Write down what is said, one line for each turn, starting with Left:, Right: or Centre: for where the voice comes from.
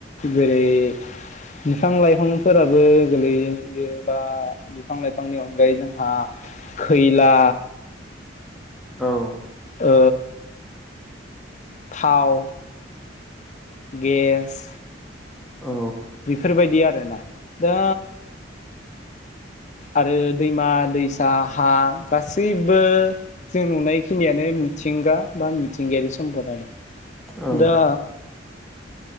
Left: जेरै बिफां लाइफांफोराबो गोलैयो बा बिफां लाइफांनि अनगायै जोंहा खैला
Centre: औ
Left: ओ थाव गेस
Centre: औ
Left: बेफोरबायदि आरोना दा आरो दैमा दैसा हा गासैबो जों नुनायखिनियानो मिथिंगा बा मिथिंगायारि सम्पदानो
Centre: औ
Left: दा